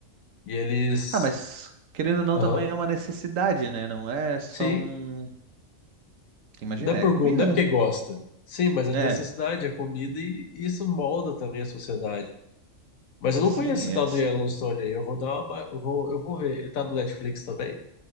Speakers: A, on the left; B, on the right.
A: E eles.
B: Ah, mas querendo ou não,
A: Aham,
B: também é uma necessidade, né? Não é só
A: sim.
B: um. Imagina,
A: Não é por,
B: é comida,
A: go- não é porque
B: né?
A: gosta. Sim, mas é
B: É.
A: necessidade, é comida e, e isso molda também a sociedade. Mas eu
B: e
A: não
B: Sim,
A: conheço esse
B: é-
A: tal
B: se-
A: do Yellowstone aí. Eu vou dar uma. ba- Eu vou, eu vou ver. Ele tá no Netflix também?